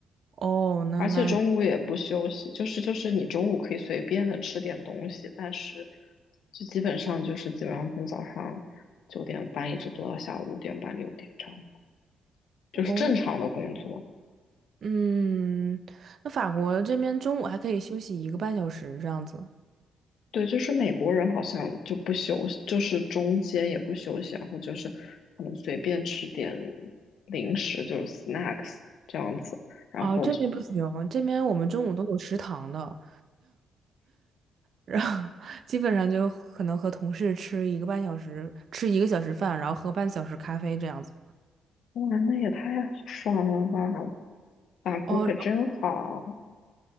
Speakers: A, on the right; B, on the left.
A: 哦，那那
B: 而且中午也不休息，就是就是你中午可以随便的吃点东西，但是就基本上就是基本上从早上九点半一直做到下午五点半六点这样子，就是正常的工作。
A: 哦，嗯，那法国这边中午还可以休息一个半小时这样子。
B: 对，就是美国人好像就不休息，就是中间也不休息，然后就是可能随便吃点零食，就是 snacks 这样子，然后就
A: 哦，这边不行，这边我们中午都有食堂的，然后基本上就可能和同事吃一个半小时，吃一个小时饭，然后喝半小时咖啡这样子。
B: 哇，那也太爽了吧！法国可真好。
A: 哦，